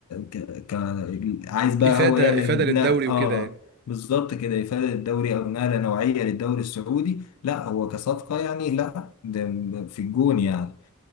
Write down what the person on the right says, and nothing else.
افاده
افاده للدوري
وكده
يعني